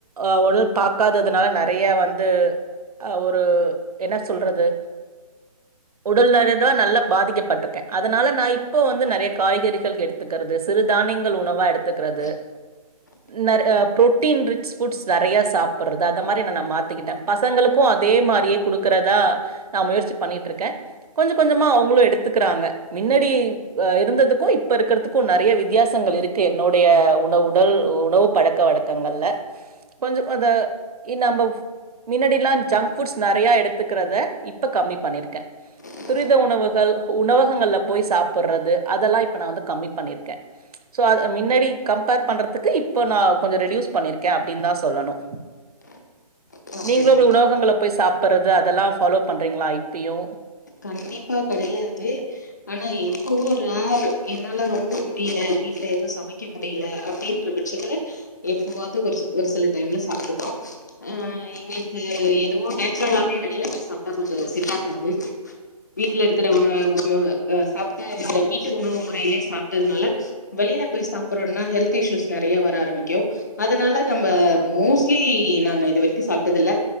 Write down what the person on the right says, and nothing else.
அ உடல் பாக்காததுனால நெறையா வந்து ஆ ஒரு என்ன சொல்றது உடல் நலந்தா நல்லா பாதிக்கப்பட்டிருக்கே அதனால நா இப்ப வந்து நெறைய காய்கறிகள் எடுத் துக்கிறது சிறுதானியங்கள் உணவா எடுத்துக்கிறது
இன்னர் அ புரோட்டீன் ரிச் ஃபுட்ஸ் நறையா சாப்பிட்றது அந்த மாறி என்ன நா மாத்திக்கிட்டே பசங்களுக்கும் அதே மாறியே குடுக்கறதா நா முயற்சி பண்ணிட்டு இருக்கே கொஞ்சோ கொஞ்சமா அவங்களும் எடுத்துக்கிறாங்க மின்னாடி இருந்ததுக்கும் இப்ப இருக்கிறதுக் கும் நெறைய வித்தியாசங்கள் இருக்கு என்னுடைய உணவு உடல் உணவு பழக்க வழக்கங்கள்ல கொஞ்சோ அத இனா ஃபவ் மின்னாடி எல்லா ஜங்க் ஃபுட்ஸ் நறையா எடுத்துக்கிறத இப்ப கம்மி பண்ணியிருக்கே
துரித உணவுகள் உணவகங்கள்ல போய் சாப்பிட்றது அதெல்லா இப்ப நா வந்து கம்மி பண்ணியிருக்கே சோ அத மின்னடி கம்பேர் பண்றதுக்கு இப்ப நா கொஞ்சோ ரெடியூஸ் பண்ணியிருக்கே அப்படின்னு தா சொல்லணு
நீங்களும்
போயி உணவகங்கள்ல போயி சாப்பிட்றது அதெல்லா ஃபாலோ பண்றீங்களா இப்பயு